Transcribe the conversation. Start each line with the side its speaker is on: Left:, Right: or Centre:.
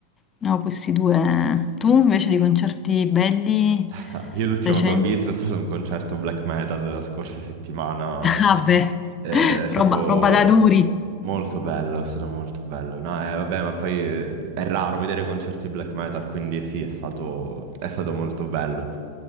Left: ne ho questi due. Tu invece di concerti belli
Right: Eh, Io l'ultimo
Left: recenti?
Right: che ho visto è stato un concerto black metal la scorsa settimana,
Left: <laughs> Vabbè,
Right: Eh, è stato
Left: roba, roba da duri.
Right: molto bello, è stato molto bello. No, eh, vabbè, ma poi eh, è raro vedere concerti black metal, quindi sì, è stato, è stato molto bello.